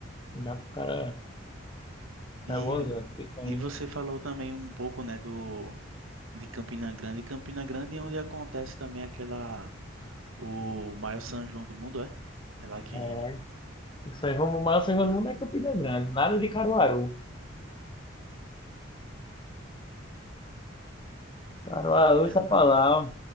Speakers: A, on the left; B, on the right.
A: Não Dá pro cara.
B: E,
A: É bonzinho, picanha.
B: e você falou também um pouco, né, do de Campina Grande. E Campina Grande é onde acontece também aquela, o maior São João do mundo, é? É lá que.
A: É. O saivão, o maior saivão do mundo é Campina Grande. Nada de Caruaru. Caruaru, essa palavra.
B: Ah,